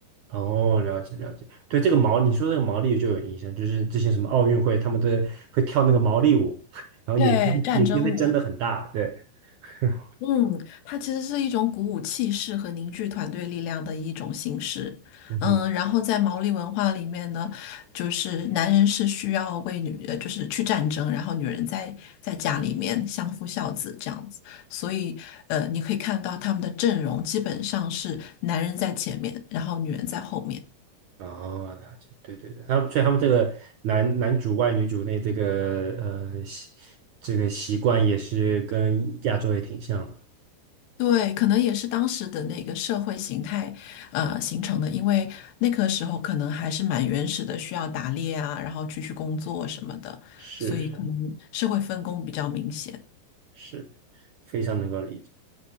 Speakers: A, on the right; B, on the left.
A: 哦，了解了解，对这个毛，你说这个毛利就有影响，就是之前什么奥运会，他们都会跳那个毛利舞，<laughs> 然后眼睛眼睛会睁得很大，
B: 对，战争舞，
A: 对，<laughs>
B: 嗯，它其实是一种鼓舞气势和凝聚团队力量的一种形式。
A: 嗯哼，
B: 嗯，然后在毛利文化里面呢，就是男人是需要为女，呃，就是去战争，然后女人在在家里面相夫教子这样子。所以，呃，你可以看到他们的阵容基本上是男人在前面，然后女人在后面。
A: 哦，了解，对对对，他们所以他们这个男男主外女主内这个呃习这个习惯也是跟亚洲也挺像的，
B: 对，可能也是当时的那个社会形态，呃，形成的。因为那个时候可能还是蛮原始的，需要打猎啊，然后出去工作什么的，
A: 是是
B: 所以可能社会分工比较明显。
A: 是，非常能够理解，